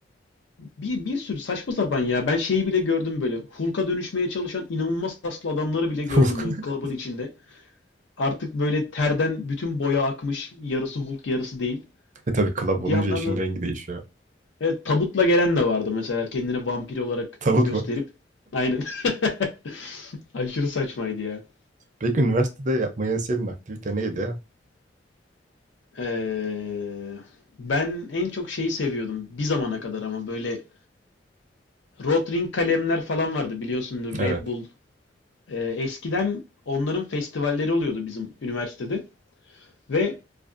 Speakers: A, on the left; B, on the right.
A: Bir, bir sürü saçma sapan ya. Ben şeyi bile gördüm böyle. Hulk'a dönüşmeye çalışan inanılmaz kaslı adamları bile gördüm
B: Hulk.
A: böyle
B: <laughs>
A: klubun içinde. Artık böyle terden bütün boya akmış. Yarısı Hulk, yarısı değil.
B: E tabii club
A: Bir
B: olunca
A: yandan
B: işin
A: da
B: rengi değişiyor.
A: evet, tabutla gelen de vardı mesela. Kendini vampir olarak
B: Tavut
A: gösterip.
B: mu?
A: Aynen. <laughs> Aşırı saçmaydı ya.
B: Peki üniversitede yapmayı en sevdiğin aktivite neydi?
A: Ee, ben en çok şeyi seviyordum. Bir zamana kadar ama böyle Rotring kalemler falan vardı biliyorsunuz.
B: Evet.
A: Red Bull Ee, eskiden onların festivalleri oluyordu bizim üniversitede ve